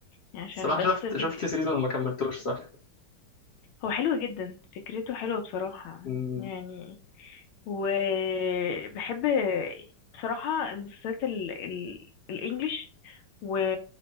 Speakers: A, on the left (about 80°); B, on the left (about 45°).
A: يعني عشان
B: الصراحة
A: بس
B: شفت شفت
A: فك...
B: سيزون ما كملتوش صح
A: هو حلو جدا فكرته حلوة بصراحة
B: مم.
A: يعني وبحب بصراحة المسلسلات ال... ال... الإنجليش و...